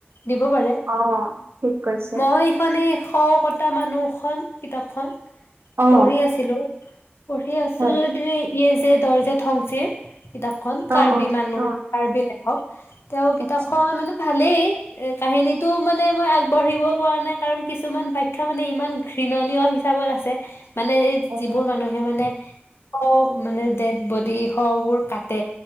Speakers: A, on the left; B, on the right.
A: দিব পাৰে
B: অ', ঠিক কৈছে
A: মই মানে শ' কটা মানুহখন কিতাপখন
B: অ',
A: পঢ়ি আছিলো পঢ়ি আছো
B: হয়
A: যদি য়েছে দৰজে ঠংচিৰ কিতাপখন কাৰ্বি
B: অ', অ',
A: মানুহ
B: অ'।
A: কাৰ্বি লেখক তেওঁ কিতাপখন
B: আচ্ছা
A: মানে ভালেই এ কাহিনীটো মানে মই আগবাঢ়িব পৰা নাই, কাৰণ কিছুমান বাখ্যা মানে ইমান ঘৃণণীয় হিচাপত আছে, মানে এই
B: অ',
A: যিবোৰ মানুহে মানে শ' মানে ডেড বডি শৱবোৰ কাটে